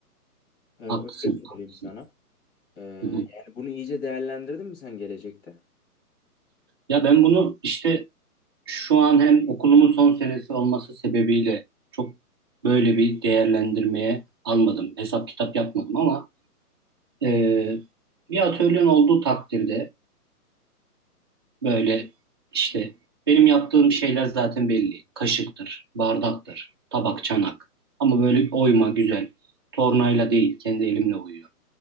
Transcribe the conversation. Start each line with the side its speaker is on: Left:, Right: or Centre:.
Left: Ee, öyle
Right: Haklısın, haklısın.
Left: söyleyeyim sana. Ee,
Right: Hı hı.
Left: yani bunu iyice değerlendirdin mi sen gelecekte?
Right: Ya ben bunu işte şu an hem okulumun son senesi olması sebebiyle çok böyle bir değerlendirmeye almadım. Hesap kitap yapmadım ama e, bir atölyen olduğu takdirde böyle işte benim yaptığım şeyler zaten belli. Kaşıktır, bardaktır, tabak, çanak. Ama böyle oyma güzel. Tornayla değil, kendi elimle oyuyorum